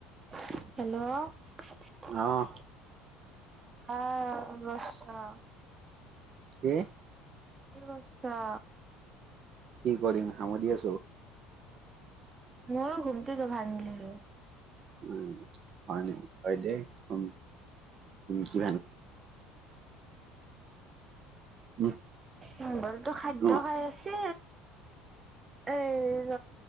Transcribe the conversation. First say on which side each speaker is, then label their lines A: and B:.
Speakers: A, on the right; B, on the right.
A: Hello
B: অহ,
A: হা, <unintelligible>
B: কি?
A: কি কৰিছা?
B: কি কৰিম, হামেস দি আছো।
A: মোৰো ঘুমটো ত ভাংলিলো।
B: উ, হয়, অম, কি উম
A: উ, মগলতো খাদ্য,
B: অ
A: খাই আছে এ য